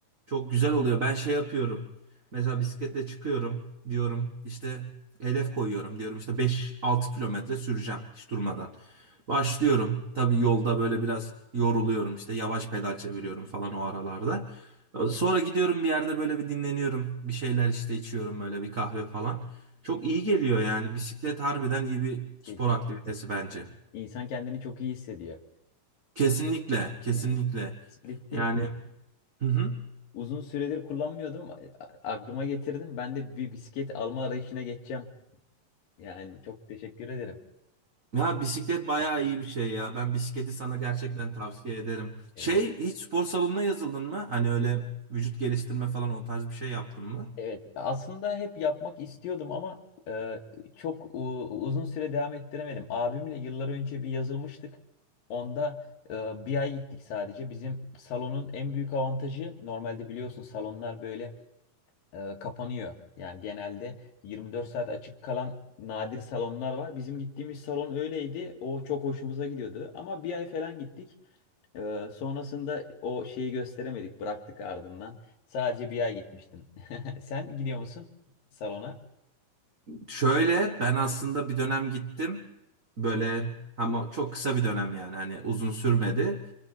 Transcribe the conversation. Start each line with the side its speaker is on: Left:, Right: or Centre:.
Right: çok güzel oluyor. Ben şey yapıyorum. Mesela bisikletle çıkıyorum diyorum işte hedef koyuyorum diyorum işte beş altı kilometre süreceğim hiç durmadan. Başlıyorum. Tabii yolda böyle biraz yoruluyorum işte yavaş pedal çeviriyorum falan o aralarda. Sonra gidiyorum bir yerde böyle bir dinleniyorum. Bir şeyler işte içiyorum böyle bir kahve falan. Çok iyi geliyor yani. Bisiklet harbiden iyi bir
Left: Kesinlikle.
Right: spor aktivitesi bence.
Left: Aynen. İnsan kendini çok iyi hissediyor.
Right: Kesinlikle, kesinlikle.
Left: Evet. Split'i
Right: Yani hı hı.
Left: uzun süredir kullanmıyordum. A- Aklıma getirdim. Ben de bir bisiklet alma arayışına geçeceğim. Yani çok teşekkür ederim.
Right: Ya bisiklet bayağı
Left: Bak,
Right: iyi bir şey ya. Ben bisikleti sana gerçekten tavsiye ederim.
Left: Evet.
Right: Şey hiç spor salonuna yazıldın mı? Hani öyle vücut geliştirme falan o tarz bir şey yaptın mı?
Left: Evet. Aslında hep yapmak istiyordum ama e, çok u- uzun süre devam ettiremedim. Abimle yıllar önce bir yazılmıştık. Onda e, bir ay gittik sadece. Bizim salonun en büyük avantajı normalde biliyorsun salonlar böyle e, kapanıyor. Yani genelde 24 saat açık kalan nadir salonlar var. Bizim gittiğimiz salon öyleydi. O çok hoşumuza gidiyordu. Ama bir ay falan gittik. E, sonrasında o şeyi gösteremedik. Bıraktık ardından. Sadece bir ay gitmiştim. <laughs> Sen gidiyor musun salona?
Right: Şöyle ben aslında bir dönem gittim. Böyle ama çok kısa bir dönem yani hani uzun sürmedi.